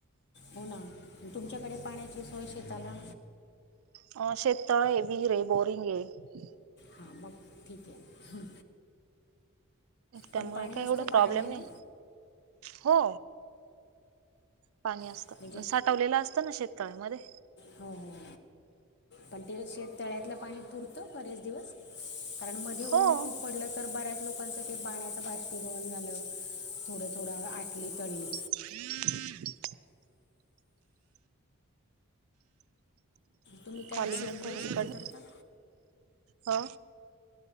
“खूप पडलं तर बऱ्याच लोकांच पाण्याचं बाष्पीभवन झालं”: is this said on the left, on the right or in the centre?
Left